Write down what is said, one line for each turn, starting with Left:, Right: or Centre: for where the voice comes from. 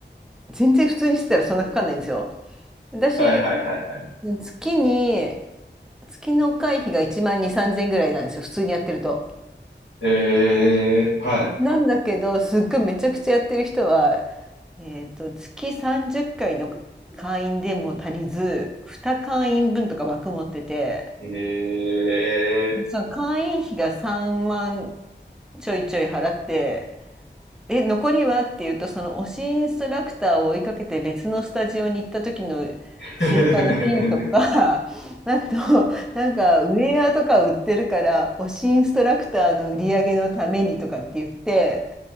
Centre: 全然普通にしてたらそんなかかんないんですよ私
Left: はいはいはいはい。
Centre: 月に月の会費が1万2 3 0 0 0ぐらいなんですよ普通にやってると
Left: えー、は
Centre: なんだけどすっごいめちゃくちゃやってる人は、えー、と月30回の会員でも足りず2会員分とか枠持ってて
Left: い。え
Centre: その会員費が3万ちょいちょい払って「え残りは?」って言うとその推しインストラクターを追いかけて別のスタジオに行った時の
Left: ー。
Centre: 追加のフィーとか <laughs> あとなんかウェアとか売ってるから推しインストラクターの売り上げのためにとかって言って